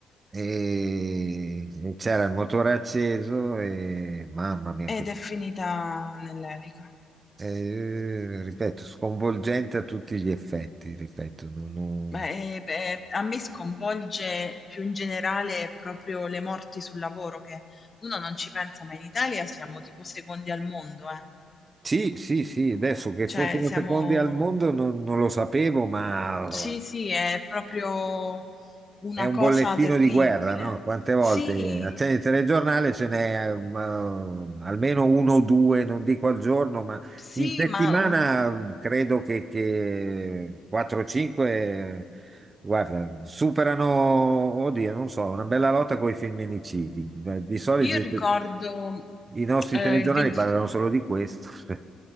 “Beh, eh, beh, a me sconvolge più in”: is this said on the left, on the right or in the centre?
Left